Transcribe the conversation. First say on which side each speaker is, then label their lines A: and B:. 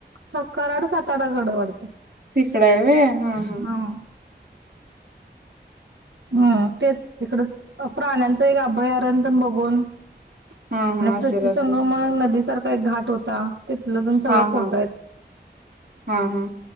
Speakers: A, on the right (about 80°); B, on the right (about 55°).
A: सो कराड सातारा जड वाटतं.
B: तिकड आहे व्हय हं हं
A: हा हम्म तेच तिकडच प्राण्यांचं एक अभयारण पण बघून
B: हा हा
A: आणि
B: असेल
A: त्रितिय संगम
B: असेल
A: नदीसारखा एक घाट होता. दोन सगळं
B: हा
A: फोटो
B: हा
A: आहेत.
B: हा हा